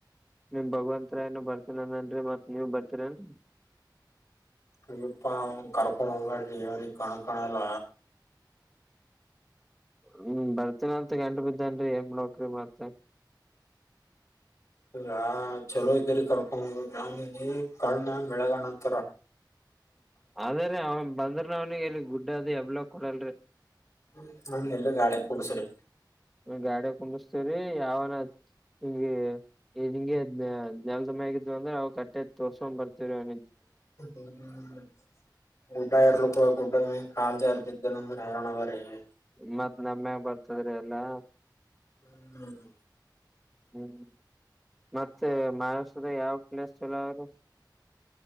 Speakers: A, in the centre; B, on the left (about 40°).
A: ನೀಮ್ ಭಗವಂತರಾಯನು ಬರ್ತೀನನನ್ರಿ ಮತ್ ನೀವ ಬರ್ತೀರನ್ರಿ
B: ಅ್ಯಪ್ಪಾ ಅವ ಕರ್ಕೊಂಡ್ ಹೋಗ್ಬ್ಯಾಡ್ರಿ ಇವನಿ ಕಣಕಣಲ್ಲ
A: ಹ್ಮ್ ಬರ್ತೀನ ಅಂತ ಗಂಡು ಬಿದ್ದನ್ರಿ ಹೆಮ ನಕಿ ಮತ
B: ಹಾ ಚಲೋ ಇದ್ದರಿ ಕರ್ಕೊಂಡ ಗ್ರಾವನಿಗೆ ಕಣ್ಣ ಮಳಗಣ ಅಂತರ
A: ಅದೇ ರೀ ಅವನ್ ಬಂದ್ರ ಅವ್ನಿಗೆ ಎಲ್ಲಿ ಗುಡ್ಡ ಅದು ಯಬ್ಲ ಕೊಡಲ್ರಿ
B: ಹ್ಮ ನಗೆ ಎಲ್ಲ ಗಾಡ ಕೂಡ್ಸ್ರಿ
A: ಗಾಡ ಕುಂಡಸ್ತೇವ್ರೀ ಯಾವನ ಹಿಂಗಿ ನಿಂ ನೆಲ್ದ ಮ್ಯಗಿದತ್ತು ಅಂದ್ರೆ ಅವು ಕಟ್ಟೆ ತೋರ್ಸ್ಕೊಂಡ್ ಬರ್ತವ
B: ಹ್ಮ ಗಡಾಯರ ಲಕ ಆಗ ಕಾಲ್ ಜಾರ್ ಬಿದ್ದೆ <unintelligible>
A: ಮತ್ತ್ ನಮ್ಮ್ಯಾಗ ಬರ್ತದ್ರಿ ಎಲ್ಲಾ.
B: ಹ್ಮ ಹ್ಮ್
A: ಹ್ಮ್ ಮತ್ತೆ ಮಹಾರಾಷ್ಟ್ರದ ಯಾವ ಪ್ಲೇಸ್ ಚಲೋ ಅವ್ರ <unintelligible>